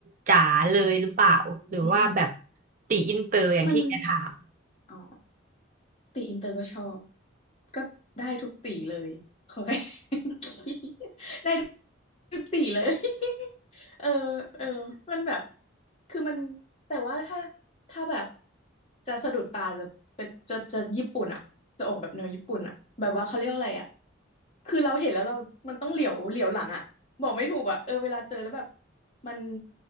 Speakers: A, on the right (about 40°); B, on the left (about 30°).
A: จ๋าเลยหรือเปล่าหรือว่าแบบ
B: อืม
A: ตีอินเตอร์อย่างที่แกถาม
B: มันอ๋อ ตีอินเตอร์ก็ชอบก็ได้ทุกตีเลยขอให้ <laughs> ได้ทุกตีเลย <laughs> เออเออมันแบบคือมันแต่ว่าถ้าถ้าแบบจะสะดุดตาจะเป็นจะจะญี่ปุ่นอ่ะจะออกแบบแนวญี่ปุ่นอ่ะแบบว่าเขาเรียกว่าอะไรอ่ะคือเราเห็นแล้วเรามันต้องเหลียวเหลียวหลังอ่ะบอกไม่ถูกอ่ะเออเวลาเจอแล้วแบบมัน